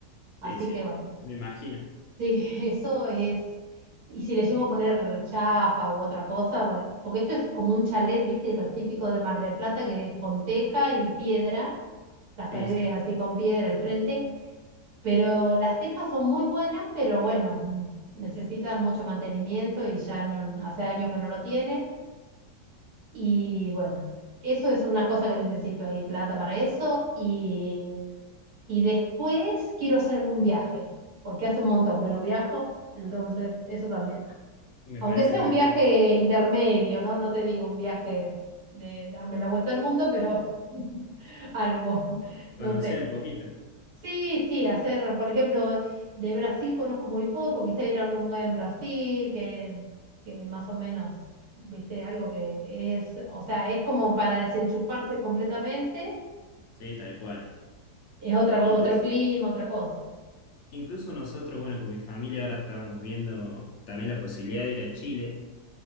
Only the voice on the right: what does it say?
Así
que bueno,
sí, <laughs> eso es. Y si le llego a poner chapa u otra cosa, bueno, porque esto es como un chalet, viste, los típicos de Mar del Plata, que es con teja y piedra, las
paredes
así con piedra al frente, pero las tejas son muy buenas, pero bueno, mm, necesitan mucho mantenimiento y ya no, hace años que no lo tiene. Y bueno, eso es una cosa que necesito ahí, plata para eso. Y, y después quiero hacer algún viaje, porque hace un montón que no viajo, entonces eso también.
Aunque
sea
un viaje intermedio, ¿no? No te digo un viaje de darme la vuelta al mundo, pero <laughs> algo,
no sé.
Sí, sí, hacer, por ejemplo, de Brasil conozco muy poco, quizá ir a algún lugar en Brasil que, que más o menos, viste, algo que es, o sea, es como para desenchufarse completamente,
es otra,
otro clima, otra cosa.